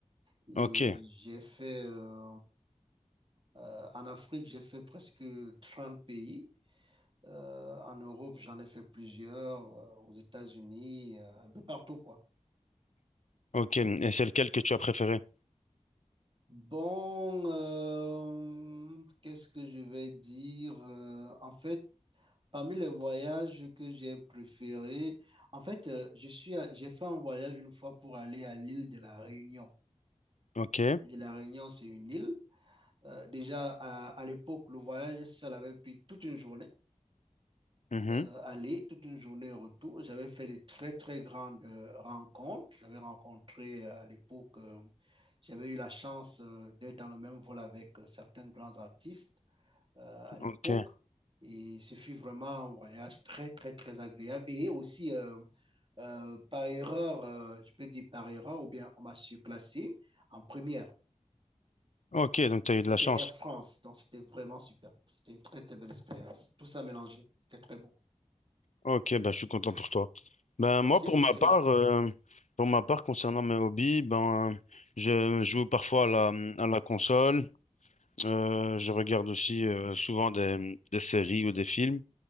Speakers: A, on the right (about 45°); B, on the left (about 80°).
A: Et
B: Ok.
A: j'ai fait, euh, euh, en Afrique, j'ai fait presque 30 pays. Euh, en Europe, j'en ai fait plusieurs, euh, aux États-Unis, euh, un peu partout, quoi.
B: Ok. Et c'est lequel que tu as préféré?
A: Bon, euh, qu'est-ce que je vais dire? Euh, en fait, Parmi les voyages que j'ai préférés, en fait, euh, je suis, à- j'ai fait un voyage une fois pour aller à l'île de la Réunion.
B: Ok.
A: L'île de la Réunion, c'est une île. Euh, déjà, à, à l'époque, le voyage, ça avait pris toute une journée,
B: Mhm.
A: euh, aller, toute une journée retour. J'avais fait de très, très grandes euh, rencontres. J'avais rencontré euh, à l'époque, euh, j'avais eu la chance euh, d'être dans le même vol avec euh, certains grands artistes. euh, à l'époque.
B: Ok.
A: Et ce fut vraiment un voyage très, très, très agréable. Et aussi, euh, euh, par erreur, euh, je peux dire par erreur, ou bien on m'a surclassé en première.
B: Ok. Donc, tu as
A: Et
B: eu
A: c'était
B: de la chance.
A: Air France. Donc, c'était vraiment super. C'était une très, très belle expérience. Tout ça mélangé. C'était très bon.
B: Ok. Ben, je suis content pour toi. Ben,
A: OK.
B: moi, pour ma
A: Et le-
B: part, euh, pour ma part, concernant mes hobbies, ben, je joue parfois à la, à la console. Euh, je regarde aussi euh, souvent des, des séries ou des films.